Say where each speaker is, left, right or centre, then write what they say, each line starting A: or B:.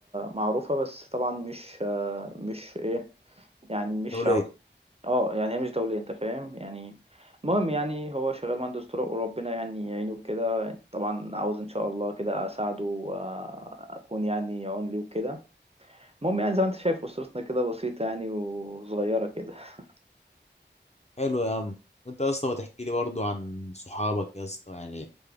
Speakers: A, on the right; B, on the left.
A: معروفة بس طبعا مش آه، مش إيه يعني مش
B: دوليه
A: عاو- اه يعني هي مش دولية أنت فاهم يعني المهم يعني هو شغال مهندس طرق وربنا يعني يعينه كده طبعا عاوز إن شاء الله كده أساعده وأكون يعني عون ليه وكده المهم يعني زي ما أنت شايف أسرتنا كده بسيطة يعني وصغيرة كده <laughs>
B: حلو يا عم وانت يا اسطى ما تحكي لي برضه عن صحابك يا اسطى يعني